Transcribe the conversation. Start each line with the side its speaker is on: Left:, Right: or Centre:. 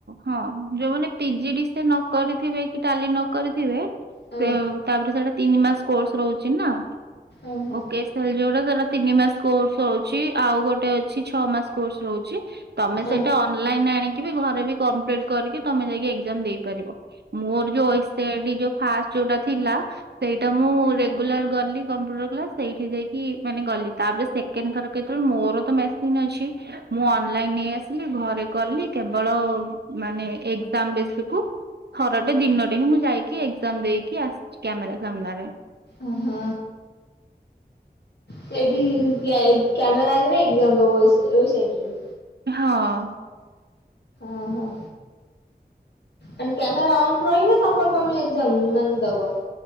Right: ହଁ ଯୋଉମାନେ ପିଜି ଡି ସି ଏ ନ କରିଥିବେ କି ଟାଲି ନ କରିଥିବେ
Left: ହଁ
Right: ପେ ତାପରେ ସେଇଟା ତିନି ମାସ କୋର୍ସ ରହୁଛି ନା।
Left: ଓହୋ
Right: ଓ କେ ସି ଏଲ ଯୋଉଟା ସେଇଟା ତିନି ମାସ କୋର୍ସ ହଉଛି ଆଉ ଗୋଟେ ଅଛି ଛଅ ମାସ କୋର୍ସ ରହୁଛି। ତମେ ସେଇଟା
Left: ଓ
Right: ଅନଲାଇନ ଆଣିକି ବି ଘରେ ବି କମ୍ପ୍ଲିଟ କରିକି ତମେ ଯାଇକି ଏକ୍ଜାମ ଦେଇପାରିବ। ମୋର ଯୋଉ O SC R D first ଯୋଉଟା ଥିଲା। ସେଇଟା ମୁଁ ରେଗୁଲାର ଗଲି କମ୍ପ୍ୟୁଟର କ୍ଲାସ ସେଇଠି ଯାଇକି ମାନେ ଗଲି ତାପରେ ସେ କେଣ୍ଡ ଥର କେତେବେଳେ ମୋର ତ ମେସିନ୍ ଅଛି ମୁଁ ଅନ୍ ନଲାଇନ ନେଇ ଆସିଲି ଘରେ କଲି କେବଳ ମାନେ ଏକ୍ଜାମ ବେସକୁ ଥରଟେ ଦିନଟେ ହିଁ ମୁଁ ଯାଇକି ଏକ୍ଜାମ ଦେଇକି ଆସିଛି କ୍ୟାମେରା ସାମ୍ନାରେ।
Left: ଓହୋ। ସେଇଠି କ କ୍ୟାମେରା ଆଗରେ ଏକ୍ଜାମ ଦବ ୱେସ ୱେସାଇଟ୍ ରେ।
Right: ହଁ।
Left: ଓହୋ। ମାନେ କ୍ୟାମେରା ଅନ ରହିବ ତାପରେ ତମେ ଏକ୍ଜାମ ମାନେ ଦବ।